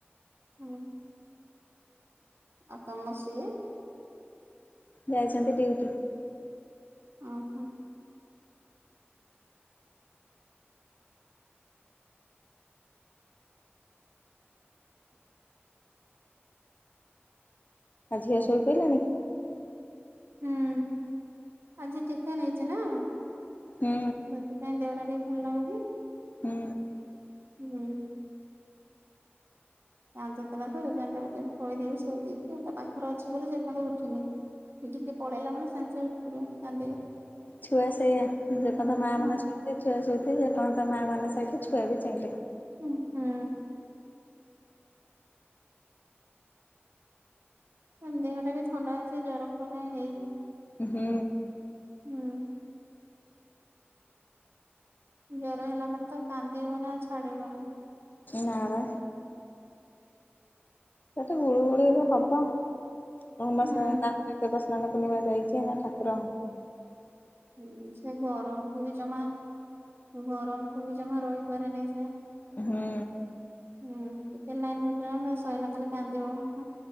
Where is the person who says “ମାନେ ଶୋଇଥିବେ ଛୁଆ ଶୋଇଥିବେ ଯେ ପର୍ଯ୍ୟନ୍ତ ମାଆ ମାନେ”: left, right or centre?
Left